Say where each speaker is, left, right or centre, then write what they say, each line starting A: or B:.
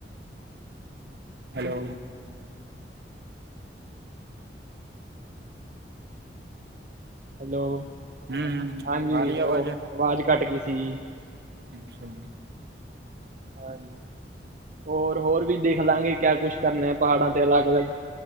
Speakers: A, on the right; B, on the right.
A: ਹੈਲੋ।
B: ਹੈਲੋ,
A: ਹਮ
B: ਹਾਂਜੀ,
A: ਆ ਰਹੀ ਆਵਾਜ਼
B: ਉਹ ਆਵਾਜ਼ ਘੱਟ ਗਈ ਸੀ ਜੀ।
A: ਅੱਛਾ।
B: ਹਾਂਜੀ। ਹੋਰ, ਹੋਰ ਵੀ ਦੇਖ ਲਾਂਗੇ, ਕਿਆ ਕੁਛ ਕਰਨਾ ਆ ਪਹਾੜਾਂ ਤੇ ਅਲੱਗ-ਅਲੱਗ